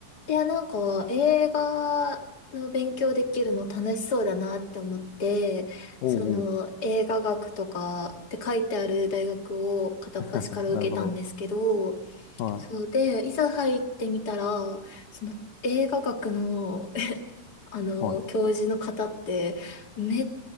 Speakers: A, on the left; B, on the left.
A: いや、なんか映画の勉強できるの楽しそうだなって思って、
B: おうおう。
A: その映画学とかって書いてある大学を片っ端から受けたんですけど、
B: <laughs> なるほど。は
A: そうで、いざ入ってみたら、その映画学の、<laughs> あの、
B: い。はい。
A: 教授の方ってめっ